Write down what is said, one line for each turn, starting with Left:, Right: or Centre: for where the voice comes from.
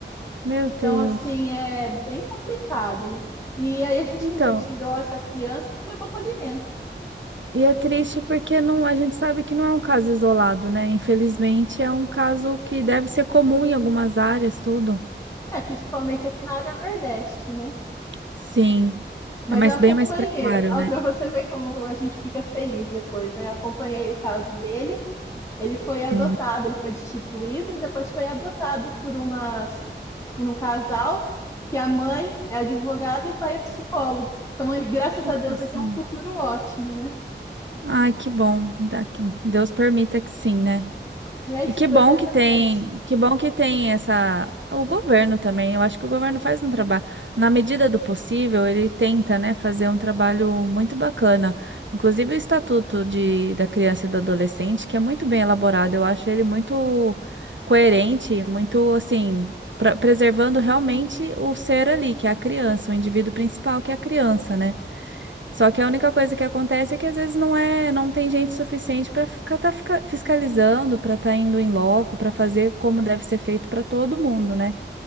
Right: Meu
Left: Então,
Right: Deus.
Left: assim, é bem complicado, né? E aí a gente
Right: Então,
Left: retirou essa criança, foi para acolhimento.
Right: e é triste porque não, a gente sabe que não é um caso isolado, né? Infelizmente, é um caso que deve ser comum em algumas áreas, tudo.
Left: É, principalmente aqui na área Nordeste, né?
Right: Sim.
Left: Mas
Right: É mais
Left: eu acompanhei,
Right: bem mais precário, né?
Left: para você ver como a gente fica feliz depois, né? Eu acompanhei o caso dele, ele foi adotado,
Right: Uhum.
Left: ele foi destituído, depois foi adotado por umas, por um casal que a mãe é advogada e o pai é psicólogo. Então ele, graças
Right: Olha
Left: a Deus, vai
Right: só.
Left: ter um futuro ótimo, né?
Right: Ai, que bom. Daqui- Deus permita que sim, né?
Left: E aí esse
Right: E que
Left: projeto
Right: bom que
Left: é
Right: tem,
Left: para isso.
Right: que bom que tem essa, o governo também. Eu acho que o governo faz um trabalho, na medida do possível, ele tenta, né, fazer um trabalho muito bacana. Inclusive o Estatuto de, da Criança e do Adolescente, que é muito bem elaborado. Eu acho ele muito coerente, muito assim, pra- preservando realmente o ser ali, que é a criança, o indivíduo principal, que é a criança, né? Só que a única coisa que acontece é que às vezes não é, não tem gente suficiente para ficar tá fica- fiscalizando, para estar indo em loco, para fazer como deve ser feito para todo mundo, né?